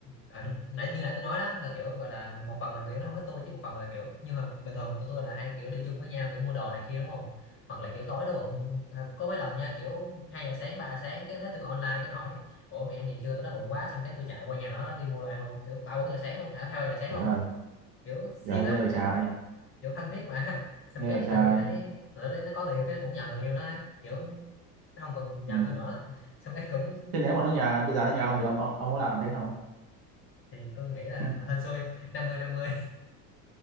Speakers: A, on the left (about 25°); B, on the right (about 45°).
A: à, đúng, nãy như nãy tôi nói đó là kiểu gọi là một phần là người yêu nó không thích tôi chứ một phần là kiểu như hồi bình thường tụi tôi là hay kiểu đi chung với nhau kiểu mua đồ này kia đúng không hoặc là kiểu tối đói bụng à, có mấy lần nha kiểu hai giờ sáng ba giờ sáng cái thấy tôi online cái nó hỏi ủa mày ăn gì chưa tao đói bụng quá xong cái tôi chạy qua nhà nó đi mua đồ ăn luôn kiểu ba bốn giờ sáng luôn à, hai ba giờ sáng
B: trời
A: luôn
B: ơi
A: kiểu siêng
B: giờ
A: lắm
B: ghê vậy
A: hồi
B: trai
A: đó kiểu thân thiết mà <laughs> xong
B: ghê
A: cái
B: vậy trai
A: từ lúc đấy từ lúc đấy nó có người yêu cái nó cũng nhờ người yêu nó ấy. kiểu nó không còn nhờ
B: ừ.
A: tôi nữa <laughs> xong cái cũng
B: thế nếu mà nó nhà bây giờ nó nhà ông thì ông ông, ông có làm thế không
A: thì tôi nghĩ là
B: Ừ.
A: hên xui năm 50